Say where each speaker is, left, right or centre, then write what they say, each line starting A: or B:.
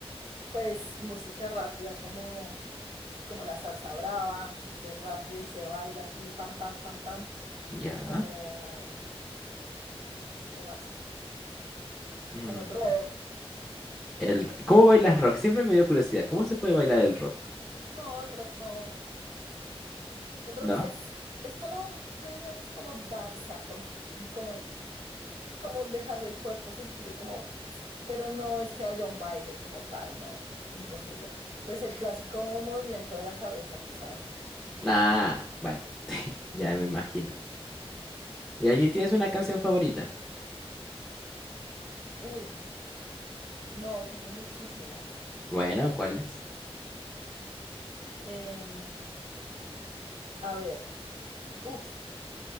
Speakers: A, on the right; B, in the centre.
A: Pues música rápida como, como la salsa brava, entonces es rápido y se baila así, pam, pam, pam, pam
B: Ya.
A: como ¿Qué más?
B: mm,
A: Como el rock, eh,
B: el,
A: ¿sí me
B: ¿cómo bailas
A: entiendes?
B: rock? Siempre me dio curiosidad. ¿Cómo se puede bailar el rock?
A: No, el rock no. El rock
B: ¿No?
A: sí es, es como, yo diría que es como danza, con, como, como dejar el cuerpo sentir, como, pero no es que haya un baile como tal, no, imposible. Pues el clásico movimiento de la cabeza, tú sabes.
B: Ah, bueno. Ya me imagino. ¿Y allí tienes una canción favorita?
A: Uy, no, tengo muchísimas.
B: Bueno, ¿cuál es?
A: Em, a ver, uf,